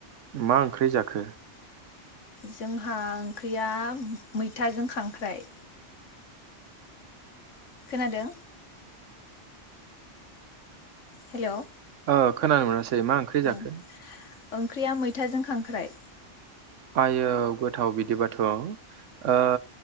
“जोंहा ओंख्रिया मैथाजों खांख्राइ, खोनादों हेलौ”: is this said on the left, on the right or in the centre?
Left